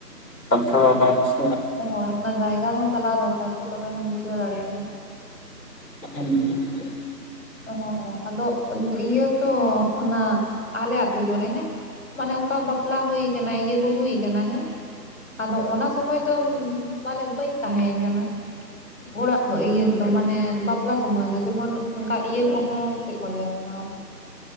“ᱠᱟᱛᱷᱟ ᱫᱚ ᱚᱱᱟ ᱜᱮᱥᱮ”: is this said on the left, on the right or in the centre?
Left